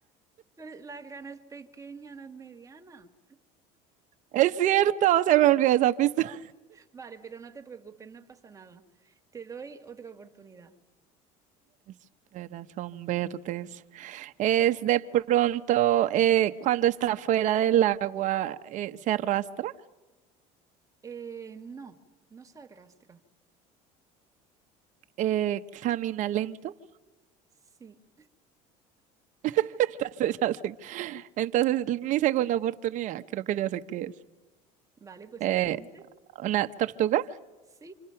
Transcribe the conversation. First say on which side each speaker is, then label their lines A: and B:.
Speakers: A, on the right; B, on the right.
A: Pero La grana es pequeña, no es mediana.
B: Es cierto, se me olvidó esa pista.
A: Vale, pero no te preocupes, no pasa nada. Te doy otra oportunidad.
B: <laughs> Espera, son verdes. Es de pronto eh, cuando está fuera del agua eh, se arrastra,
A: Eh, no, no se arrastra.
B: eh, camina lento.
A: Sí.
B: <laughs> Entonces ya sé. Entonces mi segunda oportunidad, creo que ya sé qué es.
A: Vale, pues
B: Eh,
A: adelante.
B: ¿una tortuga?
A: Sí.